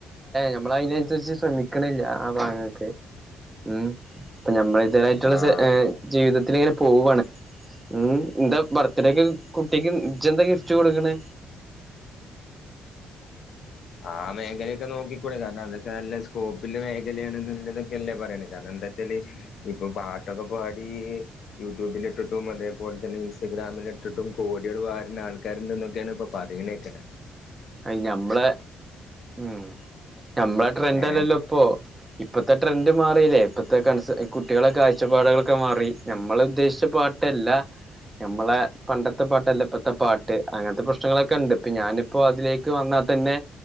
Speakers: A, on the right; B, on the left.
A: നമ്മള അതിനനുസരിച്ച് ശ്രമിക്കണില്ല ആ ഭാഗങ്ങക്ക് ഉം അപ്പൊ നഞമ്മളെതരായിട്ടുള്ള
B: ആഹ്
A: ജീവിതത്തിൽ ഇങ്ങനെ പോവാണ് ഉം എന്താ ബർത്ത്ഡേക്ക് കുട്ടിക്ക് നിജെന്താ ഗിഫ്റ്റ് കൊടുക്കണേ
B: ആ മേഖലയൊക്കെ നോക്കിക്കൂടെ കാരണം അതൊക്കെ നല്ല സ്കോപ്പില് മേഖലയാണ് ള്ളതൊക്കെ അല്ലേ പറയാണ് കാരണം എന്താ വച്ചല് ഇപ്പൊ പാട്ടൊക്കെ പാടി യൂട്യൂബിലിട്ടിട്ടും അതേപോലെ തന്നെ ഇൻസ്റ്റഗ്രാമിലിട്ടിട്ടും കോടികൾ വാരുന്ന ആൾക്കാര് ണ്ടന്നോക്കെയാണ് ഇപ്പോ പറയണേക്കനെ
A: ഐ ഞമ്മളെ ഉം ഞമ്മളെ ട്രെൻഡല്ലല്ലോ
B: ഏ
A: ഇപ്പൊ. ഇപ്പത്തെ ട്രെൻഡ് മാറില്ലേ ഇപ്പത്തെ ആൺ കുട്ടികളെ കാഴ്ചപ്പാടുകളൊക്കെ മാറി നമ്മൾ ഉദ്ദേശിച്ച പാട്ട ട്ടല്ല
B: ആ
A: മ്മളെ പണ്ടത്തെ പാട്ട് അല്ലപ്പത്തെ പാട്ട് അങ്ങനത്തെ പ്രശ്നങ്ങളൊക്കെ ഉണ്ട് ഇപ്പൊ ഞാൻ അപ്പൊ അതിലേക്ക് വന്നാൽ തന്നെ